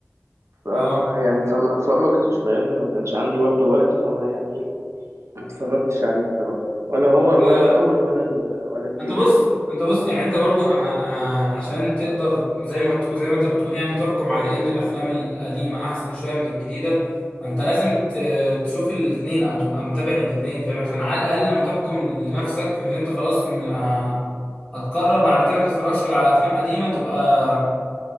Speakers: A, on the right; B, in the centre.
A: فما
B: اه
A: يعني فما اتفرجتش فاهم ما كانش عندي برضه وقت فما يعني ايه ما اتفرجتش عليه بصراحه ولا هو
B: آه.
A: ولا الاول ولا ال- ولا التاني
B: انت بص
A: يعني.
B: انت بص يعني انت برضو انا آه، عشان تقدر زي ما ت- زي ما انت بتقول يعني تحكم على ان الافلام القديمه احسن شويه من الجديده انت لازم ت- تشوف الاتنين او تبقى متابع الاتنين فاهم عشان على الاقل لما تحكم لنفسك ان انت خلاص م- آه، هتقرر بعد كده ما تتفرجش غير على افلام قديمه تبقى